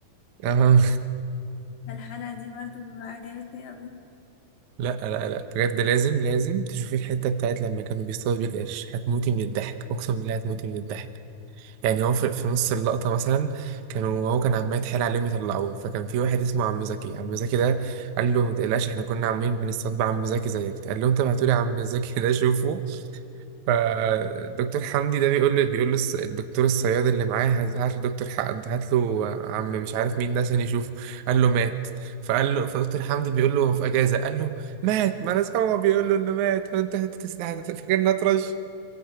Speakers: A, on the right (about 65°); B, on the left (about 75°).
A: اه
B: الحلقة دي برضو عجبتني قوي
A: <laughs> لا لا لا بجد لازم لازم تشوفي الحتة بتاعت لما كانوا بيصطادوا بيه القرش هتموتي من الضحك اقسم بالله هتموتي من الضحك يعني هو في, في نص اللقطة مثلا كانوا هو كان عمال يتحايل عليهم يطلعوه فكان في واحد اسمه عم زكي عم زكي ده قال له ما تقلقش احنا كنا عاملين بنستطبع عم زكي زيك قال له انت بعتولي عم زكي ده شوفه فدكتور حمدي ده بيقول له بيقول له الس- الدكتور الصياد اللي معاه هات هات له دكتور حق هات له عم مش عارف مين ده عشان يشوفه قال له مات فقال له فدكتور حمدي بيقول له هو في اجازة قال له مات ما انا سامعه بيقول له انه مات وانت هتت- هتت- فاكرني اطرش